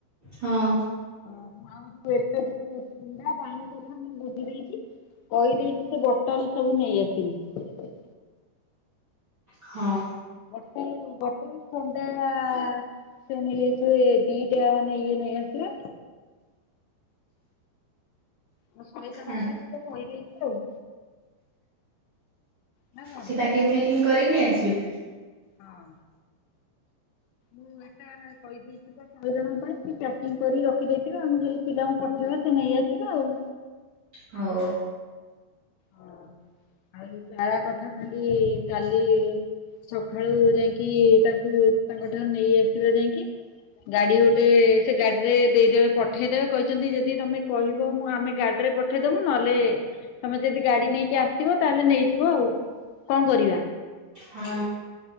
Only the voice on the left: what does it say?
ଆଉ ଯୋଉ ଏତେ ଦିନି ଯୋଉ ଥଣ୍ଡା ପାଣି କଥା ମୁଁ ବୁଝି ଦେଇଛି। କହିଦେଇଛି ସେ ବୋଟଲ ସବୁ ନେଇ ଆସିବି।
<unintelligible> ବୋଟଲ ଥଣ୍ଡା। ସେ ନେଇ ଆସିବେ ଦିଇଟା ମାନେ ଇଏ ନେଇ ଆସିବେ। ଆଉ ଶହେ ଜଣଙ୍କ
ପାଇଁ ତୁ ତ କହି ଦେଇଛୁ ଆଉ। ନା କଣ?
ହଁ। ମୁଁ ଏଟା କହିଦେଇଚି ତ ଶହେ ଜଣ ପାଇଁ ପାକିଂ କରି ରଖି ଦେଇଥିବେ। ଆମେ ଖାଲି ପିଲାଙ୍କୁ ପଠେ ସେରା ସେ ନେଇ ଆସିବେ ଆଉ।
ହଁ ଆଉ ଏ ଚାରା କଥା ଖାଲି କାଲି ସକାଳୁ ଯାଇଁକି ତାଙ୍କୁ ତାଙ୍କଠାରୁ ନେଇ ଆସିବା ଯାଇଁକି। ଗାଡି ଗୋଟେ ସେ ଗାଡିରେ ଦେଇଦେବେ ପଠେଇଦେବେ କହିଚନ୍ତି। ଯଦି ତମେ କହିବ ମୁଁ ଆମେ ଗାଡି ରେ ପଠେଇଦୋବୁ ନହେଲେ ତମେ ଯଦି ଗାଡି ନେଇକି ଆସିବ ତାହେଲେ ନେଇଯିବ ଆଉ କଣ କରିବା?